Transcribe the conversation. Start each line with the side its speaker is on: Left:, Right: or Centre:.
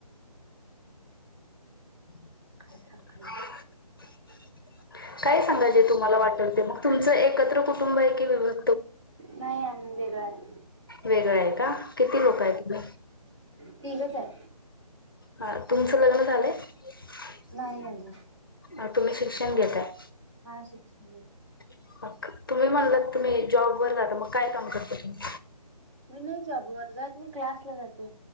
Left: <unintelligible>
Right: काय सांगायचं
Left: काय सांगा जे तुम्हाला वाटल ते मंग तुमचं एकत्र कु तुंबैकी व्यवस
Right: नाही आणली बॅग
Left: वेगळं आहे का किती लोक आहे तिकडं
Right: तीगच आहे
Left: ह तुम च लग्न झालंय <unintelligible>
Right: नाही अजून
Left: अ तुम्ही शिक्षण घेताय
Right: हा शिक्षण घेते
Left: <unintelligible> तुम्ही म्हणलात तुम्ही जॉब वर राहता मग काय काम करत्यात तुम्ही.
Right: मी नाही <unintelligible> जात मी क्लासला जाते